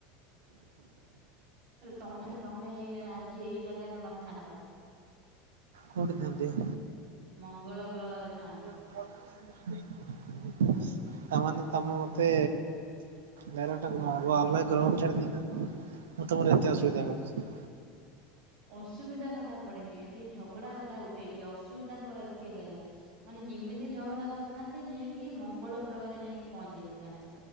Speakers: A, on the right; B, on the right.
A: ତମ ହ ତମେ ଆଜି ଏଇ ଜାଗାରେ ନଥାନ୍ତ।
B: କଉଠିଥାନ୍ତି?
A: ମଙ୍ଗଳ ଗ୍ରହରେ ଥାନ୍ତ।
B: <unintelligible> ତା ମାନେ ତମେ ମତେ ଡାଇରେକ୍ଟ ଅଲ ଗ୍ରହକୁ ଛାଡିଦେଇଥାନ୍ତ, ମୁଁ ତମର ଏତେ ଅସୁବିଧା କରୁଛି?
A: ଅସୁବିଧା କଥା ପଡ଼ିନି, ଏଠି ଝଗଡା କଥା ଉଠେଇଛି, ଅସୁବିଧା କିଏ କହିଲା? ମାନେ ଯେମିତି ଝଗଡା କରିଥାନ୍ତି, ଯିଏ କିି ମଙ୍ଗଳ ଗ୍ରହରେ ଯାଇକି ପହଞ୍ଚି ଯାଇଥାନ୍ତ।